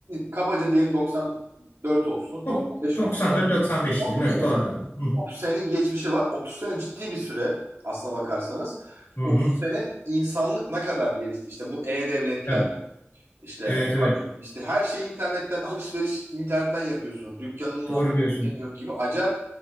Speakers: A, on the right (about 75°); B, on the left (about 85°).
A: kabaca diyelim 94 olsun,
B: Yok,
A: 95
B: 94-95
A: olsun. Yani 30
B: diyelim evet
A: sene.
B: o arada. Hı,
A: 30 senelik geçmişi var. 30 sene ciddi bir süre aslına bakarsanız.
B: hı,
A: 30
B: hı.
A: sene insanlık ne kadar gelişti? İşte bu e-devletler,
B: Evet,
A: işte
B: evet evet
A: işte her şey internetten, alışveriş internetten yapıyorsunuz. Dükkanınız
B: doğru
A: olmuyor
B: diyorsun.
A: yok gibi. Acayip